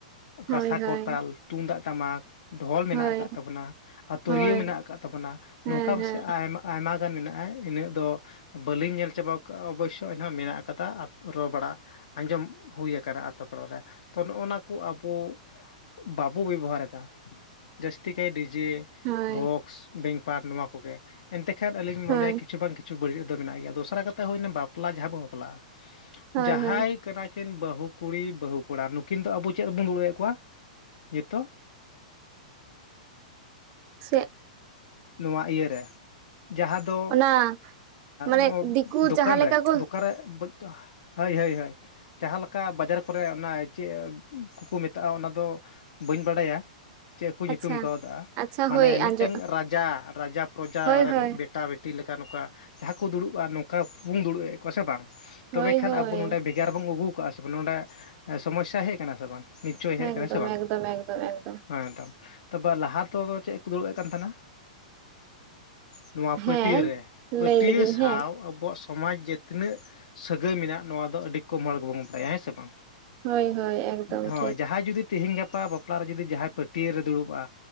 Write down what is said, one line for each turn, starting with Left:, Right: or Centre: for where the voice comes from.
Right: ᱦᱳᱭ
Left: ᱠᱟᱸᱥᱟ ᱠᱚᱨᱛᱟᱞ
Right: ᱦᱳᱭ
Left: ᱛᱩᱢᱫᱟᱜ ᱴᱟᱢᱟᱠ ᱰᱷᱚᱞ ᱢᱮᱱᱟᱜ
Right: ᱦᱳᱭ
Left: ᱟᱠᱟᱫ ᱛᱟᱵᱚᱱᱟ ᱛᱩᱨᱭᱟᱹ
Right: ᱦᱳᱭ
Left: ᱢᱮᱱᱟᱜ ᱟᱠᱟᱫ ᱛᱟᱵᱚᱱᱟ
Right: ᱦᱮᱸ
Left: ᱱᱚᱝᱠᱟ ᱯᱟᱥᱮᱡ
Right: ᱦᱮᱸ
Left: ᱟᱭᱢᱟ ᱟᱭᱢᱟ ᱜᱟᱱ ᱢᱮᱱᱟᱜ-ᱟ ᱤᱱᱟᱹᱜ ᱫᱚ ᱵᱟᱹᱞᱤᱧ ᱧᱮᱞ ᱪᱟᱵᱟᱣ ᱟᱠᱟᱜ-ᱟ ᱚᱵᱚᱥᱥᱳᱭ ᱮᱱᱦᱚᱸ ᱢᱮᱱᱟᱜ ᱠᱟᱫᱟ ᱨᱚᱲ ᱵᱟᱲᱟ ᱟᱸᱡᱚᱢ ᱦᱩᱭ ᱟᱠᱟᱱᱟ ᱟᱛᱚ ᱯᱟᱲᱟ ᱨᱮ ᱛᱚ ᱱᱚᱸᱜ-ᱚᱱᱟ ᱠᱚ ᱟᱵᱚ ᱵᱟᱵᱚ ᱵᱮᱵᱚᱦᱟᱨᱮᱫᱟ ᱡᱟᱹᱥᱛᱤ ᱠᱟᱭ ᱰᱤᱡᱮ
Right: ᱦᱳᱭ
Left: ᱵᱚᱠᱥ ᱵᱮᱝᱠ ᱯᱟᱨᱴ ᱱᱚᱣᱟ ᱠᱚᱜᱮ ᱮᱱᱛᱮ ᱠᱷᱟᱱ ᱟᱹᱞᱤᱧ ᱢᱚᱱᱮᱭᱟ
Right: ᱦᱳᱭ
Left: ᱠᱤᱪᱷᱩ ᱵᱟᱝ ᱠᱤᱪᱷᱩ ᱠᱤᱪᱷᱩ ᱵᱟᱹᱲᱤᱡ ᱫᱚ ᱢᱮᱱᱟᱭ ᱜᱮᱭᱟ ᱫᱚᱥᱨᱟ ᱠᱟᱛᱷᱟ ᱦᱩᱭᱱᱟ ᱵᱟᱯᱞᱟ ᱡᱟᱦᱟᱸ ᱵᱚᱱ ᱵᱟᱯᱞᱟᱜ-ᱟ
Right: ᱦᱳᱭ
Left: ᱡᱟᱦᱟᱸᱭ
Right: ᱦᱳᱭ
Left: ᱠᱟᱱᱟᱠᱤᱱ ᱵᱟᱹᱦᱩ ᱠᱩᱲᱤ ᱵᱟᱹᱦᱩ ᱠᱚᱲᱟ ᱱᱩᱠᱤᱱ ᱫᱚ ᱟᱵᱚ ᱪᱮᱫ ᱨᱮᱵᱚᱱ ᱫᱩᱲᱩᱵᱮᱫ ᱠᱚᱣᱟ ᱱᱤᱛᱚᱜ
Right: ᱥᱮᱫ
Left: ᱱᱚᱣᱟ ᱤᱭᱟᱹᱨᱮ ᱡᱟᱦᱟᱸᱫ ᱫᱚ
Right: ᱚᱱᱟ ᱢᱟᱱᱮ
Left: ᱱᱚᱣᱟ
Right: ᱫᱤᱠᱩ
Left: ᱫᱚᱠᱟᱱ
Right: ᱡᱟᱦᱟᱸ ᱞᱮᱠᱟ
Left: ᱨᱮ
Right: ᱠᱚ
Left: ᱫᱚᱠᱟᱱ ᱨᱮ ᱦᱳᱭ ᱦᱳᱭ ᱦᱳᱭ ᱡᱟᱦᱟᱸ ᱞᱮᱠᱟ ᱵᱟᱡᱟᱨ ᱠᱚᱨᱮ ᱚᱱᱟ ᱪᱮᱫ ᱠᱚᱠᱚ ᱢᱮᱛᱟᱜ-ᱟ ᱚᱱᱟ ᱫᱚ ᱵᱟᱹᱧ ᱵᱟᱲᱟᱭᱟ ᱪᱮᱫ ᱠᱚ ᱧᱩᱛᱩᱢ
Right: ᱟᱪᱪᱷᱟ
Left: ᱠᱟᱣᱫᱟ
Right: ᱟᱪᱪᱷᱟ
Left: ᱢᱟᱱᱮ
Right: ᱦᱳᱭ
Left: ᱢᱤᱫᱴᱮᱱ
Right: ᱟᱸᱡᱚ
Left: ᱨᱟᱡᱽ ᱨᱟᱡᱟ ᱯᱨᱚᱡᱟ
Right: ᱦᱳᱭ
Left: ᱨᱮᱱ
Right: ᱦᱳᱭ
Left: ᱵᱮᱴᱟ ᱵᱮᱴᱤ ᱞᱮᱠᱟ ᱱᱚᱝᱠᱟ ᱡᱟᱦᱟᱸ ᱠᱚ ᱫᱩᱲᱩᱵ-ᱟ ᱱᱚᱝᱠᱟ ᱵᱚᱱ ᱫᱩᱲᱩᱵ ᱮᱫ ᱠᱚ ᱥᱮ ᱵᱟᱝ ᱛᱚᱵᱮ
Right: ᱦᱳᱭ
Left: ᱠᱷᱟᱱ
Right: ᱦᱳᱭ
Left: ᱟᱵᱚ ᱱᱚᱰᱮ ᱵᱷᱮᱜᱟᱨ ᱵᱚᱱ ᱟᱹᱜᱩᱣᱠᱟᱜ-ᱟ ᱥᱮ ᱵᱟᱝ ᱱᱚᱰᱮ ᱥᱚᱢᱚᱥᱥᱟ ᱦᱮᱡ ᱟᱠᱟᱱᱟ ᱥᱮ ᱵᱟᱝ ᱱᱤᱥᱪᱚᱭ ᱦᱮᱡ
Right: ᱮᱠᱫᱚᱢ
Left: ᱟᱠᱟᱱᱟ ᱥᱮ ᱵᱟᱝ
Right: ᱮᱠᱫᱚᱢ ᱮᱠᱫᱚᱢ ᱮᱠᱫᱚᱢ
Left: ᱦᱮᱸᱛᱚ ᱛᱟᱯᱚᱨ ᱞᱟᱦᱟ ᱛᱮᱫᱚ ᱪᱮᱫ ᱠᱚ ᱫᱩᱲᱩᱵᱮᱫ ᱠᱟᱱ ᱛᱟᱦᱮᱱᱟ ᱱᱚᱣᱟ
Right: ᱦᱮᱸ
Left: ᱯᱟᱹᱴᱭᱟᱹ ᱨᱮ ᱯᱟᱹᱴᱭᱟᱹ
Right: ᱞᱟᱹᱭ ᱞᱮᱜᱤᱧ
Left: ᱥᱟᱶ
Right: ᱦᱮᱸ
Left: ᱟᱵᱚᱣᱟᱜ ᱥᱚᱢᱟᱡᱽ ᱡᱮ ᱛᱤᱱᱟᱹᱜ ᱥᱟᱹᱜᱟᱹᱭ ᱢᱮᱱᱟᱜ ᱱᱚᱣᱟ ᱫᱚ ᱟᱹᱰᱤ ᱠᱚᱢ ᱦᱚᱲ ᱜᱮᱵᱚᱱ ᱵᱟᱰᱟᱭᱟ ᱦᱮᱸ ᱥᱮ ᱵᱟᱝ
Right: ᱦᱳᱭ ᱦᱳᱭ ᱮᱠᱫᱚᱢ
Left: ᱦᱳᱭ
Right: ᱴᱷᱤᱠ
Left: ᱡᱟᱦᱟᱸᱭ ᱡᱩᱫᱤ ᱛᱤᱦᱤᱧ ᱜᱟᱯᱟ ᱵᱟᱯᱞᱟᱨᱮ ᱡᱩᱫᱤ ᱡᱟᱦᱟᱸᱭ ᱯᱟᱹᱴᱭᱟ ᱨᱮ ᱫᱩᱲᱩᱵᱼᱟ